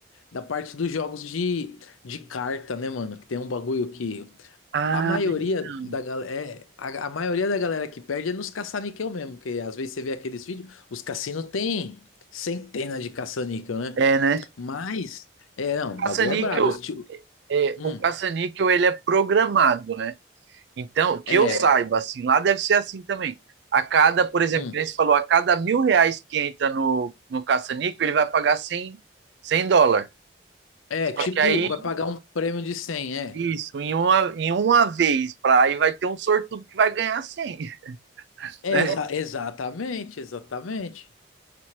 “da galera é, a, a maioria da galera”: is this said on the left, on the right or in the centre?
Left